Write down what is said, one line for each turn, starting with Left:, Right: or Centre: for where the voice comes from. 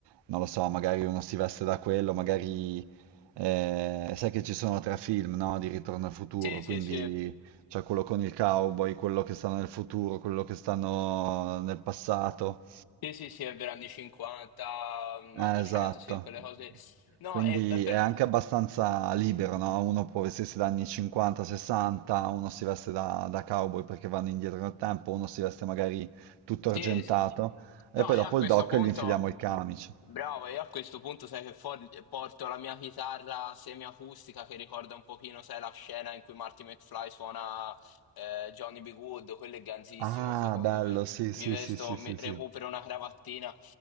Right: non lo so, magari uno si veste da quello, magari eh, sai che ci sono tre film, no, di Ritorno al futuro,
Left: Sì, sì,
Right: quindi
Left: sì.
Right: c'è quello con il cowboy, quello che sta nel futuro, quello che stanno nel passato.
Left: Sì, sì, sì, è vero, anni 50, mm,
Right: Eh,
Left: 800,
Right: esatto.
Left: sì, quelle cose. No,
Right: Quindi
Left: è, è per...
Right: è anche abbastanza libero, no? Uno può vestirsi da anni 50, 60, uno si veste da, da cowboy perché vanno indietro nel tempo, uno si veste magari tutto
Left: Sì,
Right: argentato
Left: sì.
Right: e
Left: No,
Right: poi
Left: io
Right: dopo
Left: a questo
Right: il doc
Left: punto...
Right: gli infiliamo il camice.
Left: Bravo, io a questo punto sai che for- porto la mia chitarra semiacustica che ricorda un pochino, sai, la scena in cui Marty McFly suona eh, Johnny B. Good, quello è ganzissimo
Right: Ah,
Left: secondo
Right: bello,
Left: me.
Right: sì, sì,
Left: Mi vesto,
Right: sì, sì, sì,
Left: mi-
Right: sì.
Left: recupero una cravattina.